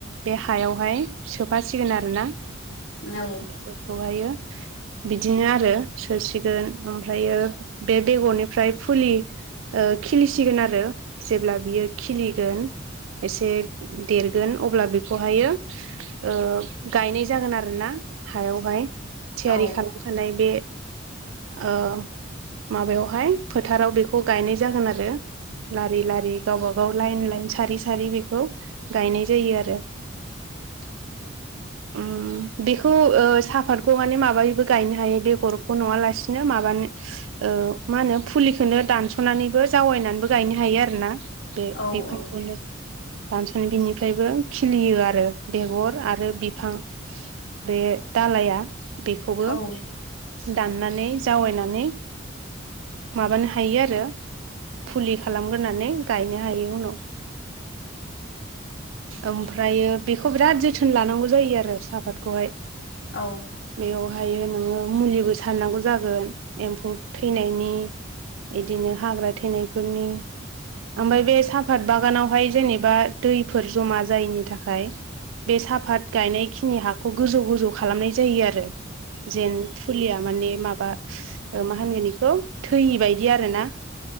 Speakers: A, on the right (about 70°); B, on the left (about 70°).
A: बे हायावहाय सोफासिगोन आरोना
B: औ
A: बेफोरखौहायो
B: <inaudible>
A: बिदिनो आरो सोसिगोन ओमफ्रायो बे बेगरनिफ्राय फुलि ओ खिलिसिगोन आरो जेब्ला बियो खिलिगोन एसे देरगोन अब्ला बेखौहायो ओ गायनाय जागोन आरोना। हायावहाय थियारि
B: औ
A: खालामखानाय बे ओ माबायावहाय फोथाराव बेखौ गायनाय जागोन आरो लारि लारि गावबा गाव लाइन लाइन सारि सारि बेखौ गायनाय जायो आरो।
B: <inaudible>
A: ओम बेखौ ओ साफातखौ माने माबायैबो गायनो हायो बेगरखौ नङा लासिनो माबा ओ मा होनो फुलिखोनो दानस'नानैबो जावायनानैबो गायनो हायो आरोना। बे
B: औ औ
A: बिफांखौनो दानस'नाय बिनिफ्रायबो खिलियो आरो बेगर आरो बिफां। बे दालाया बेखौबो
B: औ
A: दाननानै जावैनानै माबानो हायो आरो फुलि खालामग्रोनानै गायनो हायो उनाव। ओमफ्रायो बेखौ बिराद जोथोन लानांगौ जायो आरो सापातखौहाय।
B: औ
A: बेयावहायो नोङो मुलिबो सारनांगौ जागोन एम्फौ थैनायनि। इदिनो हाग्रा थैनायफोरनि। ओमफ्राय बे साफात बागानावहाय जेनेबा दैफोर जमा जायैनि थाखाय बे साफात गायनाय खिनि हाखौ गोजौ गोजौ खालामनाय जायो आरो जेन फुलिया माने माबा मा होनगोन बेखौ थैयि बायदि आरो ना।